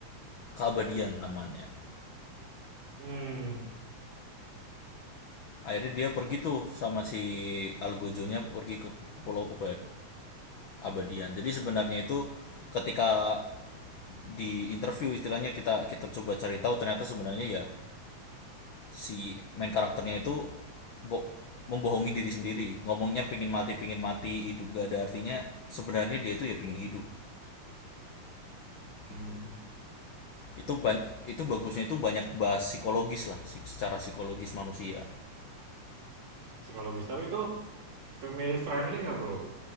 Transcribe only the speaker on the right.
Hmm,
hmm.
Psikologis. Tapi itu family friendly nggak bro?